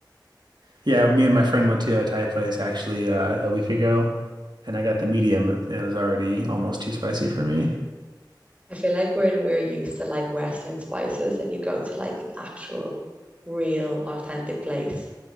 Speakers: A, on the right (about 70°); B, on the right (about 15°).
A: Yeah, me and my friend went to a Thai place actually uh, a week ago, and I got the medium, and it was already almost too spicy for me.
B: <laughs> I feel like we're in we're used to like Western spices and you go to like an actual, real, authentic place,